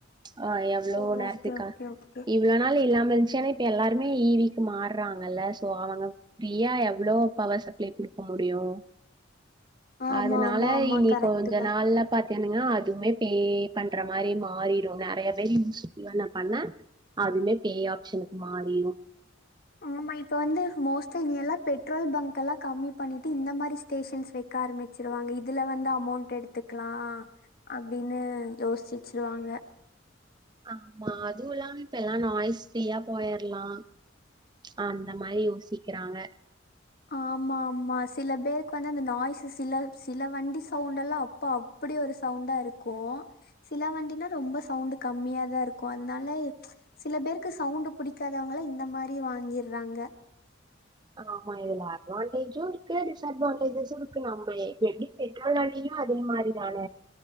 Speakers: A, on the right; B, on the left.
A: ஆ எவ் வுளோ
B: ஓ
A: நேர்த்துக்கா
B: ஓகே ஓகே ஓகே
A: இவுளோ நாள் இல்லாம இருந்ச்சு ஆனா இப்ப எல்லாருமே இ வீ க்கு மார் றாங்கல்ல சோ அவங்க ஃபிரீயா எவுளோ பவர் சப்ளை குடுக்க முடியு
B: ஆமா
A: அதுனால
B: ஆமா ஆமா
A: இனி
B: கரெக்ட்
A: கொஞ்ச
B: தா
A: நாள்ல பாத்தேனிங்கா அதுமே பே பண்ற மாரி மாறிரு நெறைய பேர் யூஸ் பண்ண பண்ண அதுமே பே ஆப்ஷனுக்கு மாறிரு
B: ஆமா இப்ப வந்து மோஸ்டா இனியெல்லா பெட்ரோல் பங்கெல்லா கம்மி பண்ணிட்டு இந்த மாரி ஸ் டேஷன்ஸ் வைக்க ஆரமிச்சிருவாங்க இதுல வந்து அமௌண்ட் எடுத்துக்லா அப்டின்னு யோச்வச்சிருவாங்க
A: ஆமா அது இல்லாம் இப்பெல்லா நாய்ஸ் ஃப்ரீயா போயிர்லா அந்த மாரி யோசிக்கிறாங்க
B: ஆமா ஆமா சில பேர்க்கு வந்து அந்த நாய்ஸஸ் சில சில வண்டி சவுண்டெல்லா ப்பா அப்புடி ஒரு சவுண்டா இருக்கு சில வண்டில ரொம்ப சவ்ண்டு கம்மியாதா இருக்கு அதுனாலே சில பேருக்கு சவுண்டு புடிக்காதவங்கள இந்த மாரி வாங்கிற்றாங்க
A: ஆமா இதுல அட்வான்டேஜு இருக்கு டிஸ்அட்வான்டேஜஸு இருக்கு நம்ப இப்ப எப்டி பெட்ரோல் நாலயு அதே மாரிதான